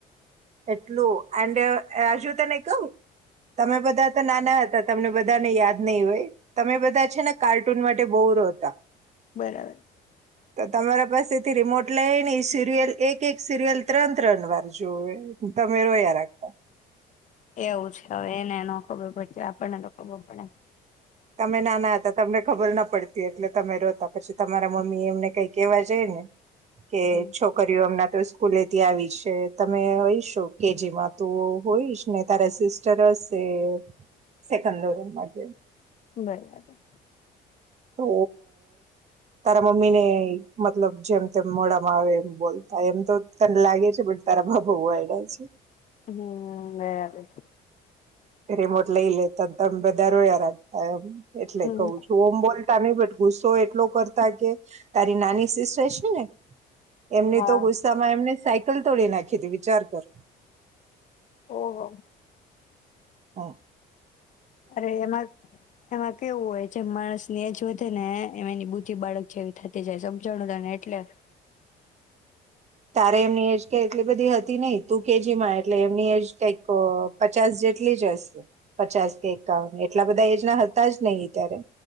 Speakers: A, on the right; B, on the left.
A: એટલું એન્ડ હજુ તને કવું. તમે બધા તો નાના હતા. તમને બધા ને યાદ નહીં હોય તમે બધા છે ને કાર્ટૂન માટે બહુ રોતા.
B: બરાબર.
A: તો તમારા પાસે થી રિમોટ લઈની સિરિયલ એક એક સિરિયલ ત્રણ ત્રણ વાર જોવે. તમે રોયા રાખતા.
B: એવું છે હવે એને ન ખબર પડતી આપણને તો ખબર પડે.
A: તમે નાના હતા તમને ખબર ના પડતી એટલે તમે રોતા પછી તમારા મમ્મી એમને કઈ કેવા જાય ને. કે
B: હમ
A: છોકરીઓ એમના. સ્કૂલેથી આવી છે તમે હયશો કેજી માં તું હોઈશ ને તારા સિસ્ટર હશે સેકન્ડરી મા કે.
B: બરાબર.
A: તો તારા મમ્મી ને મતલબ જેમ તેમ મોઢામાં આવે એમ બોલતા એમ તો તને લાગે છે બ તારા ભાભુ વાયડા છે.
B: હમ બરાબર.
A: રિમોટ લઈ લેતા તમે બધા રોયા રાખ એટલે
B: હમ
A: કવું છું ઓમબોલ. <inaudible> નહી બટ ગુસ્સો એટલો કરતા કે તારી નાની સિસ્ટર છે ને. એમની
B: હા
A: તો ગુસ્સામાં એમને સા કલ તોડી નાખી હતી વિચાર કર.
B: ઓહ!
A: હા.
B: અરે એમાં એમાં કેવું હોય જેમ માણસ ને એજ વધે ને એમ એની બુધી બાળક જેવી થતી જાય સમજાણું ત ને એટલે.
A: તારે એમની એજ કે એટલી બધી હતી નહિ તુ કેજી માં એટલે એમની એજ કઈક પચાસ જેટલી જ હશે પચાસ કે એકાઉ એટલા બધા એજ ના હતા જ નહિ અત્યારે.